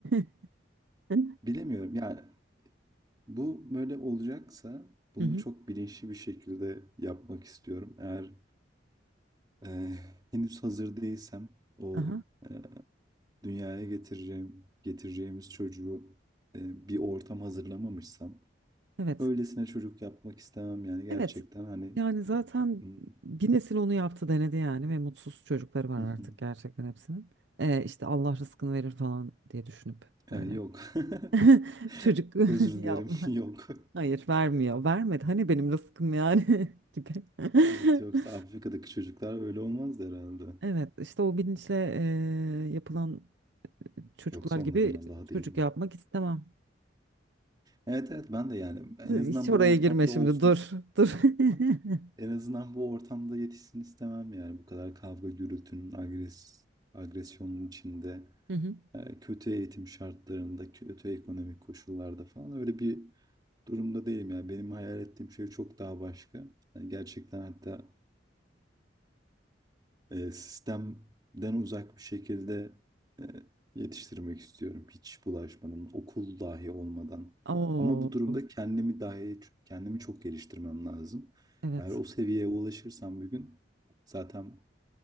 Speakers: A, on the right (about 70°); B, on the right (about 20°).
A: <laughs> Hı
B: Bilemiyorum yani bu böyle olacaksa bunu
A: hı.
B: çok bilinçli bir şekilde yapmak istiyorum. Eğer eee, henüz hazır değilsem o
A: Aha.
B: eee, dünyaya getireceğim getireceğimiz çocuğu eee, bir ortam hazırlamamışsam
A: Evet.
B: öylesine çocuk yapmak istemem yani gerçekten
A: Evet.
B: hani
A: Yani zaten
B: hmm,
A: bir nesil onu yaptı denedi yani ve mutsuz çocukları var
B: hı
A: artık
B: hı.
A: gerçekten hepsinin. Ee, işte Allah rızkını verir falan diye düşünüp böyle
B: Ee, yok. <laughs>
A: <laughs> çocuk
B: Özür
A: <laughs> yapma.
B: dilerim. <laughs> Yok.
A: Hayır vermiyor. Vermedi. Hani benim rızkım yani <laughs> gibi. <laughs>
B: Evet, yoksa Afrika'daki çocuklar öyle olmaz herhalde.
A: Evet işte o bilinçle eee, yapılan çocuklar
B: Yoksa onların
A: gibi
B: Allah'ı
A: çocuk
B: değil mi?
A: yapmak istemem.
B: Evet evet ben de yani en
A: Dur,
B: azından
A: Hiç oraya
B: bu ortamda
A: girme şimdi
B: olsun
A: dur
B: ist-
A: dur. <laughs>
B: en azından bu ortamda yetişsin istemem yani bu kadar kavga gürültünün agres agresyonun içinde
A: Hı hı.
B: e, kötü eğitim şartlarında kötü ekonomik koşullarda falan öyle bir durumda değilim yani benim hayal ettiğim şey çok daha başka Yani gerçekten hatta e, sistemden uzak bir şekilde e, yetiştirmek istiyorum. Hiç bulaşmadan, okul dahi olmadan.
A: Oo,
B: Ama bu durumda kendimi dahi kendimi çok geliştirmem lazım.
A: evet.
B: Eğer o seviyeye ulaşırsam bir gün zaten